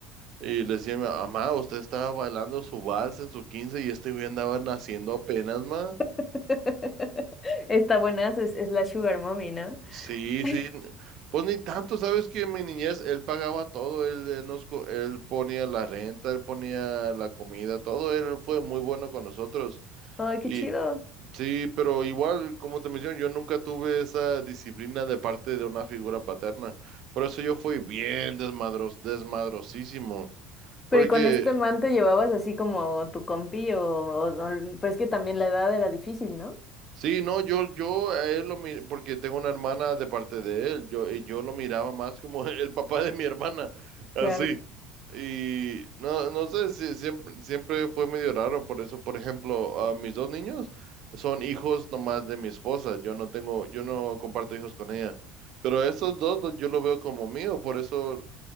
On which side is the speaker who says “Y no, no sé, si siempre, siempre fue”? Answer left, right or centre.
Right